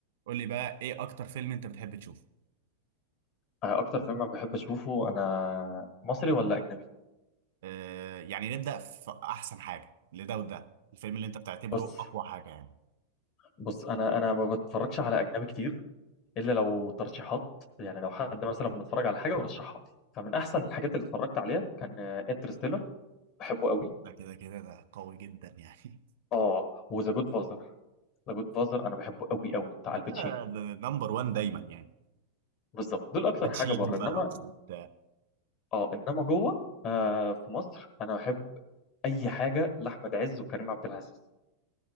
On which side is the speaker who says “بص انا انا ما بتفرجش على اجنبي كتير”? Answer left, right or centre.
Left